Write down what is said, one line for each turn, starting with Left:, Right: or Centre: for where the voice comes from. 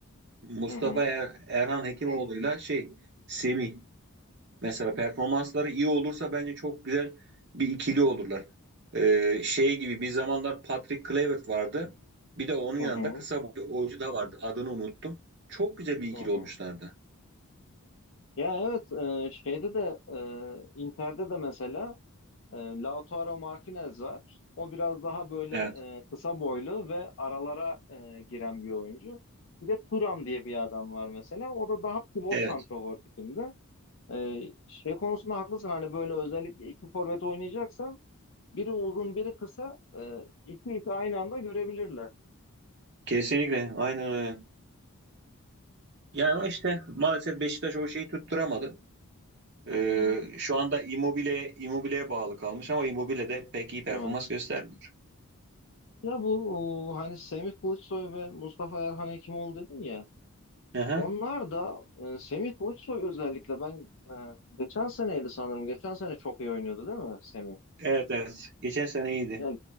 Right: Mustafa
Left: Hı hı,
Right: Er- Erhan Hekimoğlu'yla şey Semih mesela performansları iyi olursa bence çok güzel bir ikili olurlar. Ee, şey gibi bir zamanlar Patrick Kluivert vardı. Bir de onun yanında
Left: hı hı,
Right: kısa boylu oyuncu da vardı. Adını unuttum. Çok güzel bir ikili
Left: hı hı.
Right: olmuşlardı.
Left: Ya evet e, şeyde de e, Inter'de de mesela e, Lautaro Martinez var. O biraz daha böyle
Right: Evet.
Left: e, kısa boylu ve aralara e, giren bir oyuncu. Bir de Thuram diye bir adam var mesela. O da daha pivot
Right: Evet.
Left: santrafor tipinde. E, şey konusunda haklısın hani böyle özellikle iki forvet oynayacaksan biri uzun biri kısa e, iki ipi aynı anda görebilirler.
Right: Kesinlikle, aynen öyle. Yani ama işte maalesef Beşiktaş o şeyi tutturamadı.
Left: Hı
Right: Ee,
Left: hı,
Right: şu anda Immobile Immobile'ye bağlı kalmış ama Immobile de pek iyi performans
Left: evet.
Right: göstermiyor.
Left: Ya bu o, hani Semih Kılıçsoy ve Mustafa Erhan Hekimoğlu dedim ya.
Right: Aha.
Left: Onlar da e, Semih Kılıçsoy özellikle ben e, geçen seneydi sanırım. Geçen sene çok iyi oynuyordu değil mi Semih?
Right: Evet evet. Geçen sene iyiydi.
Left: Ya,